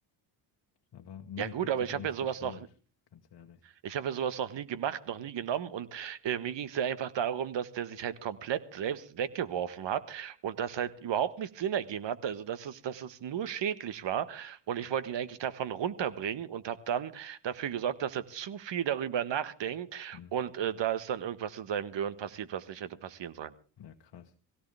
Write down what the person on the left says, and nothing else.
Aber nee,
gib
dir
da
nicht
die Schuld,
ganz ehrlich.
Hm.
Ja, krass.